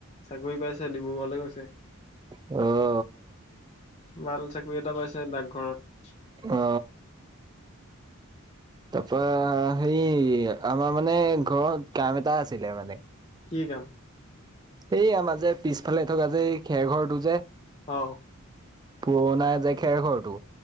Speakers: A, on the left (about 30°); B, on the right (about 20°).
A: চাকৰি পাইছে ডিব্ৰুগড়লে গৈছে।
B: অ।
A: ভাল চাকৰি এটা পাইছে ডাকঘৰত।
B: অ। তাৰপৰা হেৰি আমাৰ মানে ঘৰত কাম এটা আছিলে মানে।
A: কি কাম?
B: এই আমাৰ যে পিছফালে থকা যে এই খেৰ ঘৰটো যে
A: অ।
B: পুৰণা যে খেৰ ঘৰটো